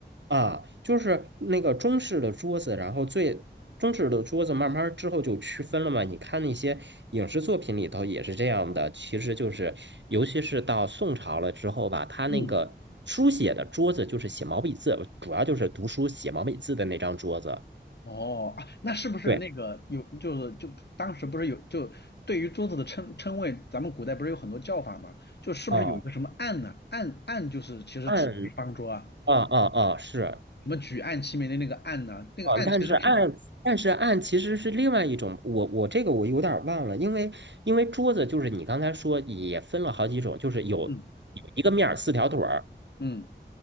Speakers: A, on the right; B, on the left.
A: 啊，就是那个中式的桌子，然后最中式的桌子慢慢儿之后就区分了嘛。你看那些影视作品里头也是这样的，其实就是尤其是到宋朝了之后吧，他那个书写的桌子就是写毛笔字，
B: 嗯，
A: 主要就是读书写毛笔字的那张桌子。
B: 哦啊，那是不是那个有就是就当时不是有就对于桌子的称称谓，
A: 对，
B: 咱们古代不是有很多叫法吗？就是不是有一个什么案呢、
A: 啊，
B: 案案就是其实指的是方桌啊，
A: 按啊啊啊，是
B: 什么举案齐眉的那个案呢、那个案其实是
A: 啊，但是案，但是案其实是另外一种，我我这个我有点儿忘了，因为因为桌子就是你刚才说也分了好几种，就是有有一个面儿四条腿儿，
B: 嗯嗯，